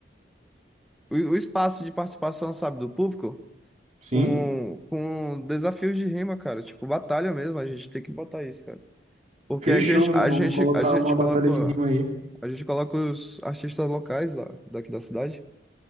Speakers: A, in the centre; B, on the right (about 35°).
A: O, o espaço de participação, sabe, do público
B: Sim,
A: com, com desafios de rima, cara. Tipo, batalha mesmo, a gente tem que botar isso, cara. Porque
B: fechou,
A: a gente,
B: vamos,
A: a
B: vamos
A: gente,
B: colocar
A: a gente
B: uma batalha
A: coloca,
B: de rima aí.
A: a gente coloca os artistas locais lá, daqui da cidade.